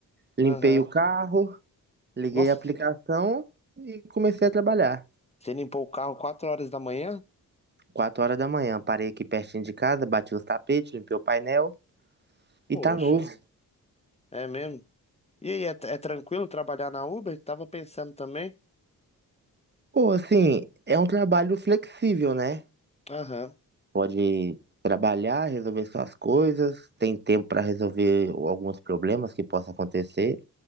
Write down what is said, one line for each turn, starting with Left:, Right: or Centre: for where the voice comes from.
Right: limpei
Left: Aham.
Right: o carro, liguei
Left: Nossa,
Right: a aplicação e comecei a trabalhar.
Left: você limpou o carro quatro horas da manhã?
Right: Quatro horas da manhã, parei aqui pertinho de casa, bati os tapetes, limpei o painel e
Left: Poxa,
Right: tá novo.
Left: é mesmo? E aí, é, é tranquilo trabalhar na Uber? Tava pensando também.
Right: Pô, assim, é um trabalho flexível, né?
Left: Aham,
Right: pode trabalhar, resolver suas coisas, tem tempo para resolver alguns problemas que possam acontecer.